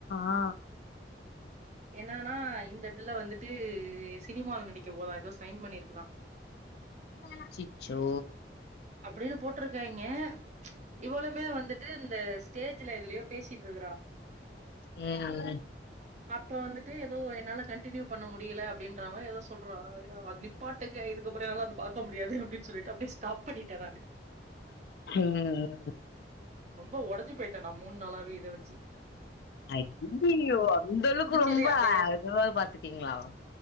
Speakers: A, on the left; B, on the right.
A: ஆ
B: என்னன்னா இந்த பிள்ள வந்துட்டு சினிமாவ்ல நடிக்க போதா ஏதோ சைன் பண்ணியிருக்குதா
A: அச்சச்சோ
B: அப்படின்னு போட்டிருக்காங்க இவ்வளவுமே வந்துட்டு இந்த ஸ்டேஜ்ல எதுலயோ பேசிட்டு இருக்கிறா
A: ம் ம்
B: அப்ப வந்துட்டு ஏதோ என்னால கண்டினியூ பண்ண முடியல அப்படின்ற மாரி ஏதோ சொல்ற அத்லியூம் பாட்டுக்கு இதுக்கப்புறோ என்னால அத பாக்க முடியாது அப்படின்னு சொல்லிட்டு அப்படியே ஸ்டாப் பண்ணிட்டே நானூ
A: ம் ம்
B: ரொம்ப ஒடஞ்சி போயிட்டே மூன் நாளாவே இத வெச்சி
A: அ ஐயோ <unintelligible> அந்த அளவுக்கு
B: புடிச்சதே
A: ரொம்ப
B: அந்த கேஸ்
A: அதுவாவது பாத்துட்டீங்களா